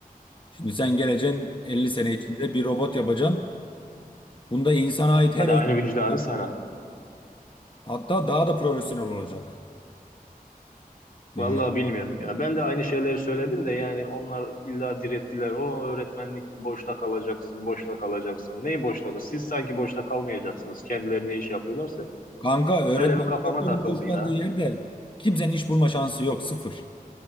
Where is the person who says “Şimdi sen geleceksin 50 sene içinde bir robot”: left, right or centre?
Left